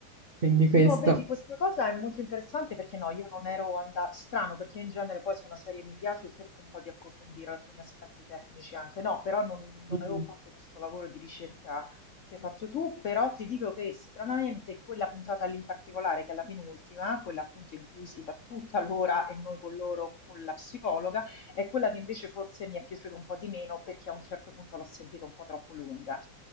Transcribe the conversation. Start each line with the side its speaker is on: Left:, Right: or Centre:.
Right: Quindi questo.
Left: No, vedi, questa cosa è molto interessante perché no, io non ero andata, strano perché in genere poi se una serie mi piace cerco un po' di approfondire alcuni aspetti tecnici anche, no, però non, non
Right: Mhm.
Left: avevo fatto questo lavoro di ricerca che hai fatto tu, però ti dico che stranamente quella puntata lì in particolare, che è la penultima, quella appunto in cui si fa tutta l'ora e noi con loro, con la psicologa, è quella che invece forse mi è piaciuta un po' di meno perché a un certo punto l'ho sentita un po' troppo lunga.